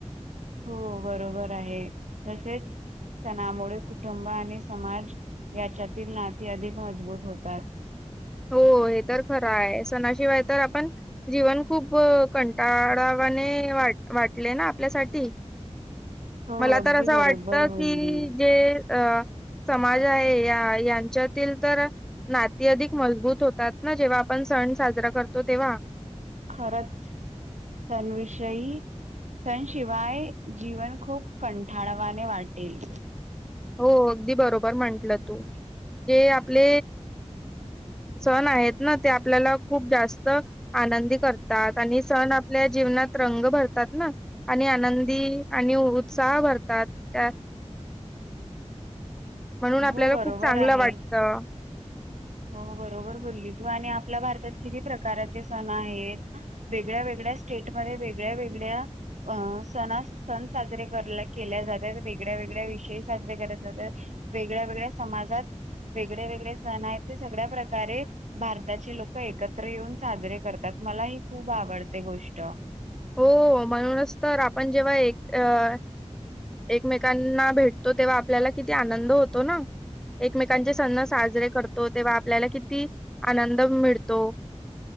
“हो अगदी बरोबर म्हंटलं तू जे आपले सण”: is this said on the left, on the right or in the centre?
Centre